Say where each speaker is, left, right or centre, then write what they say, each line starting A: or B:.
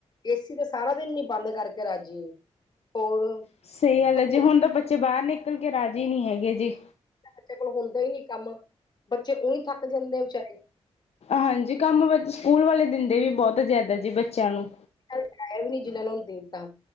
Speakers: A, on the left; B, on the left.
A: ਏਸੀ ਤੇ ਸਾਰਾ ਦਿਨ ਨੀ ਬੰਦ ਕਰਕੇ ਰਾਜ਼ੀ ਹੋਰ।
B: ਸਹੀ ਗੱਲ
A: ਸਕੂ
B: ਐ ਜੀ ਹੁਣ ਤਾਂ ਬੱਚੇ ਬਾਹਰ ਨਿਕਲ ਕੇ ਰਾਜ਼ੀ ਨਹੀਂ ਹੈਗੇ ਜੀ।
A: ਬੱਚੇ ਕੋਲ ਹੁੰਦਾ ਹੀ ਨੀ ਕੰਮ ਬੱਚੇ ਉਹੀਂ ਥੱਕ ਜਾਂਦੇ ਵਿਚਾਰੇ।
B: ਹਾਂਜੀ! ਕੰਮ ਬ ਸਕੂਲ ਵਾਲੇ ਦਿੰਦੇ ਵੀ ਬਹੁਤ ਜ਼ਿਆਦਾ ਜੀ ਬੱਚਿਆਂ ਨੂੰ।
A: <unintelligible> ਜਿਹਨਾ ਉਹਨਾਂ ਨੂੰ ਦੇ ਦਿੱਤਾ